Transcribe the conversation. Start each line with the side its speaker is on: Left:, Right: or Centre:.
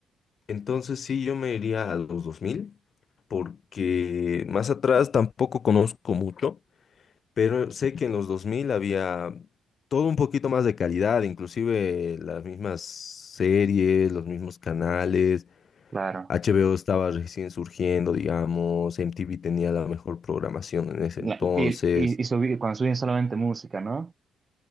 Left: entonces sí, yo me iría a los 2000 porque más atrás tampoco conozco mucho pero sé que en los 2000 había todo un poquito más de calidad, inclusive las mismas series, los mismos canales,
Right: Claro.
Left: HBO estaba recién surgiendo, digamos, MTV tenía la mejor programación en ese
Right: La-
Left: entonces.
Right: y y, y subir, cuando suben solamente música, ¿no?